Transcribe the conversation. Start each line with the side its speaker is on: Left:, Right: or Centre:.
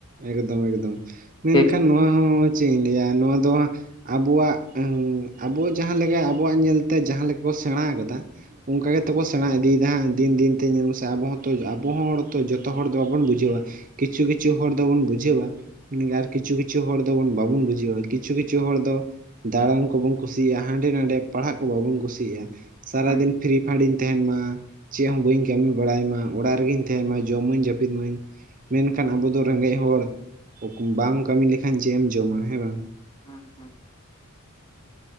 Right: ᱮᱠᱫᱚᱢ ᱮᱠᱫᱚᱢ, ᱢᱮᱱᱠᱷᱟᱱ
Left: ᱪᱮᱫ
Right: ᱱᱚᱣᱟ ᱦᱚᱸ ᱪᱮᱫ ᱤᱧ ᱞᱟᱹᱭᱟ ᱱᱚᱣᱟ ᱫᱚ ᱦᱟᱸᱜ ᱟᱵᱩᱣᱟᱜ, ᱟᱵᱚ ᱡᱟᱦᱟᱸ ᱞᱮᱠᱟ ᱟᱵᱩᱣᱟᱜ ᱧᱮᱞᱛᱮ ᱡᱟᱦᱟᱸ ᱞᱮᱠᱟ ᱠᱚ ᱥᱮᱬᱟ ᱠᱟᱫᱟ᱾ ᱚᱱᱠᱟ ᱜᱮᱛᱚ ᱠᱚ ᱥᱮᱬᱟ ᱤᱫᱤᱭᱮᱫᱟ ᱦᱟᱸᱝ ᱫᱤᱱ ᱫᱤᱱᱛᱮ ᱧᱮᱞ ᱢᱮᱥᱮ ᱟᱵᱚ ᱦᱚᱸᱛᱚ ᱟᱵᱚᱦᱚ ᱦᱚᱲ ᱛᱚ ᱡᱚᱛᱚ ᱦᱚᱲ ᱫᱚ ᱵᱟᱵᱚᱱ ᱵᱩᱡᱷᱟᱹᱣᱼᱟ᱾ ᱠᱤᱪᱷᱩ ᱠᱤᱪᱷᱩ ᱦᱚᱲ ᱫᱚᱵᱚᱱ ᱵᱩᱡᱷᱟᱹᱣᱼᱟ, ᱟᱨ ᱠᱤᱪᱷᱩ ᱠᱤᱪᱷᱩ ᱦᱚᱲ ᱫᱚᱵᱚᱱ ᱵᱟᱵᱚᱱ ᱵᱩᱡᱷᱟᱹᱣᱼᱟ ᱠᱤᱪᱷᱩ ᱠᱤᱪᱷᱩ ᱦᱚᱲ ᱫᱚ ᱫᱟᱬᱟᱱ ᱠᱚᱵᱚᱱ ᱠᱩᱥᱤᱭᱟᱜᱼᱟ ᱦᱟᱸᱰᱮ ᱱᱟᱸᱰᱮ ᱯᱟᱲᱦᱟᱜ ᱠᱚ ᱵᱟᱵᱚᱱ ᱠᱩᱥᱤᱭᱟᱜᱼᱟ ᱥᱟᱨᱟ
Left: ᱦᱩᱸ
Right: ᱫᱤᱱ ᱯᱷᱨᱤ ᱯᱷᱟᱰᱤᱧ ᱛᱮᱦᱮᱱ ᱢᱟ, ᱪᱮᱫ ᱦᱚᱸ ᱵᱟᱹᱧ ᱠᱟᱹᱢᱤ ᱵᱟᱲᱟᱭ ᱢᱟ ᱚᱲᱟᱜ ᱨᱮᱜᱤᱧ ᱛᱟᱦᱮᱱ ᱢᱟ ᱡᱚᱢ ᱟᱹᱧ ᱡᱟᱹᱯᱤᱫ ᱢᱟᱹᱧ᱾ ᱢᱮᱱᱠᱷᱟᱱ ᱟᱵᱚ ᱫᱚ ᱨᱮᱸᱜᱮᱡ ᱦᱚᱲ, ᱵᱟᱢ ᱠᱟᱹᱢᱤ ᱞᱮᱠᱷᱟᱱ ᱪᱮᱫ ᱮᱢ ᱡᱚᱢᱟ ᱦᱮᱸ ᱵᱟᱝ?
Left: ᱦᱩᱸ ᱦᱩᱸ